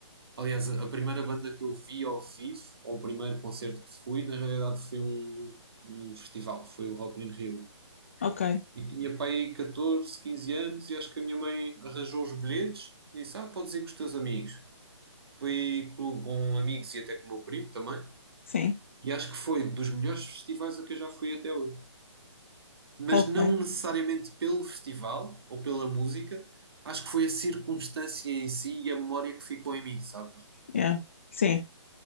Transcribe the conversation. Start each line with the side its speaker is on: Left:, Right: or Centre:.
Right: Aliás, a a primeira banda que eu vi ao vivo, ou o primeiro concerto que fui, na realidade foi um, um festival, foi o Rock in Rio.
Left: ok,
Right: E tinha pai 14, 15 anos e acho que a minha mãe arranjou os bilhetes e disse, ah, podes ir com os teus amigos. Fui com, com amigos e até com o meu primo também.
Left: sim,
Right: E acho que foi dos melhores festivais a que eu já fui até hoje. Mas
Left: ok,
Right: não necessariamente pelo festival ou pela música, acho que foi a circunstância em si e a memória que ficou em mim, sabe?
Left: yeah. Sim,